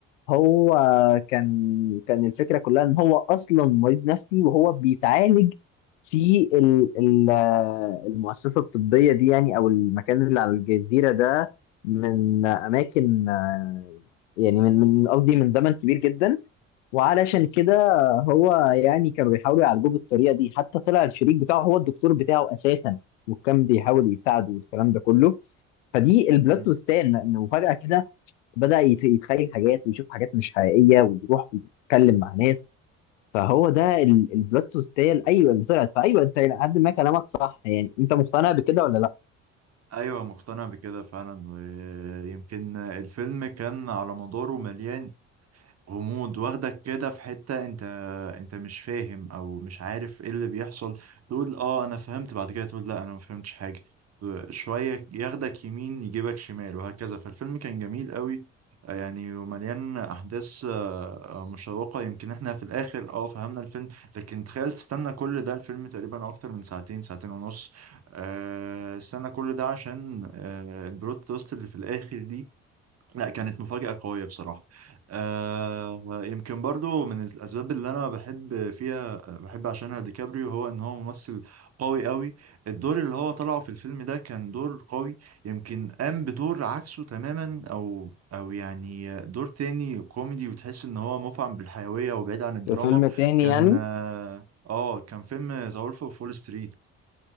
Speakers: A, on the left; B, on the right.
A: هو كان كان الفكره كلها ان هو اصلا مريض نفسي وهو بيتعالج في ال- ال- المؤسسه الطبيه دي يعني او المكان اللي على الجزيره ده من اماكن آه، يعني من من قصدي من زمن كبير جدا وعلشان كده هو يعني كانوا بيحاولوا يعالجوه بالطريقه دي حتى طلع الشريك بتاعه هو الدكتور بتاعه اساسا وكان بيحاول يساعده والكلام ده كله فدي البلوت
B: مم.
A: تويستان انه فجاه كده بدأ يت- يتخيل حاجات ويشوف حاجات مش حقيقية ويروح ويتكلم مع ناس فهو ده ال- البلوت تويست هي ال- ايوه اللي طلعت فايوه انت إلى حد ما كلامك صح يعني انت مقتنع بكده ولا لا؟
B: ايوه مقتنع بكده فعلا ويمكن الفيلم كان على مداره مليان غموض واخدك كده في حتة انت انت مش فاهم او مش عارف ايه اللي بيحصل تقول اه انا فهمت بعد كده تقول لا انا ما فهمتش حاجة شوية ياخدك يمين يجيبك شمال وهكذا فالفيلم كان جميل قوي آه، يعني ومليان احداث آه، آه، مشوقة يمكن احنا في الاخر اه فهمنا الفيلم لكن تخيل تستنى كل ده الفيلم تقريبا اكتر من ساعتين ساعتين ونص آه، استنى كل ده عشان آه، البلوت تويست اللي في الاخر دي لا كانت مفاجأة قوية بصراحة آه يمكن برضو من الأسباب اللي أنا بحب فيها بحب عشانها ديكابريو هو إن هو ممثل قوي قوي الدور اللي هو طلعه في الفيلم ده كان دور قوي يمكن قام بدور عكسه تماما أو أو يعني دور تاني كوميدي وتحس إن هو مفعم بالحيوية وبعيد عن الدراما
A: في فيلم تاني
B: كان
A: يعني
B: آه آه، كان فيلم ذا وولف أوف وول ستريت